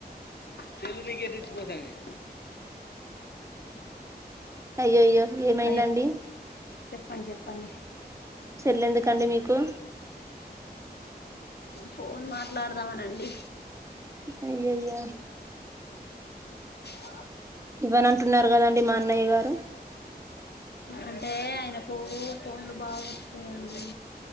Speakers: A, on the left (about 75°); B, on the right (about 15°).
A: చెల్లు నీకే తెచ్చిపోతాను నేను
B: అయ్యో అయ్యో ఏమైందండి
A: అయ్యో చెప్పండి చెప్పండి
B: సెల్ ఎందుకండి మీకు
A: ఫోన్ మాట్లాడదామనండి
B: అయ్యాయి అయ్యో
A: ఆ
B: ఇవ్వనంటున్నారు కదండి మా అన్నయ్య గారు
A: అంటే ఆయనకు ఫోన్లు బాగా వస్తాయంండి